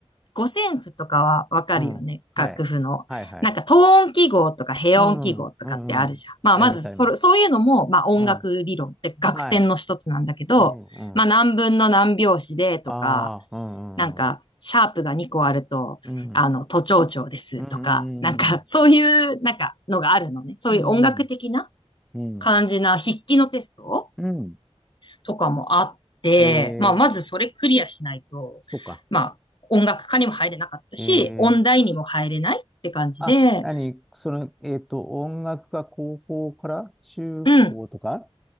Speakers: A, on the left (about 50°); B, in the centre.
A: 五線譜とかはわかるよね。
B: うん。はい。
A: 楽譜の。
B: はいはい。
A: なんか等音記号とか平音記号とかってあるじゃん。
B: うん、うん、うん。
A: まあまずそれ、
B: あります、あります。
A: そういうのも、まあ音楽理論って楽点の一つなんだけど、
B: うん。はい。うん、うん。
A: まあ何分の何拍子でとか、
B: ああ、うん、
A: なんか、
B: うん、
A: シャープが2個あると、
B: うん。うん、
A: あの、都庁長ですとか、
B: うん、うん、
A: なんか、
B: うん。
A: そういう、なんか、のがあるのね。そういう音楽的な
B: うん、うん、うん。
A: 感じな筆記のテスト
B: うん
A: とかもあって、
B: えー、
A: まあ、まずそれクリアしないと、
B: そうか。
A: まあ、音楽科にも入れなかったし、
B: えー、
A: 音大にも入れないって感じで、
B: あ、何その、えっと、音楽が高校から中高とか
A: うん。